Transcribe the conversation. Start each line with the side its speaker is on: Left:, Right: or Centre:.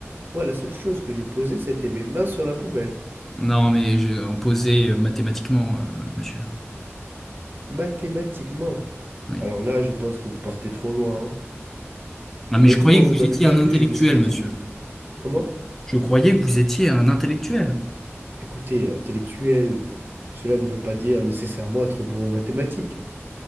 Right: Moi, la seule chose que je posais, c'était mes mains sur la poubelle.
Centre: Non mais je, en poser euh, mathématiquement, euh, monsieur.
Right: Mathématiquement.
Centre: Oui.
Right: Alors là, je pense que vous partez trop loin. hein.
Centre: Non mais
Right: Honnêtement,
Centre: je croyais
Right: vous
Centre: que vous
Right: m'avez
Centre: étiez
Right: perdu,
Centre: un intellectuel,
Right: je vous ai
Centre: monsieur.
Right: dit. Comment?
Centre: Je croyais que vous étiez un intellectuel.
Right: Écoutez, intellectuel, cela ne veut pas dire nécessairement être bon en mathématiques.